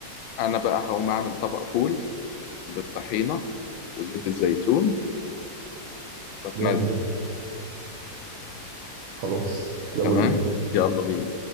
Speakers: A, on the left; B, on the right.
A: انا بقى هقوم اعمل طبق فول بالطحينه وزيت الزيتون واتمزج
B: جامد خلاص يلا
A: تمام
B: بينا
A: يلا بينا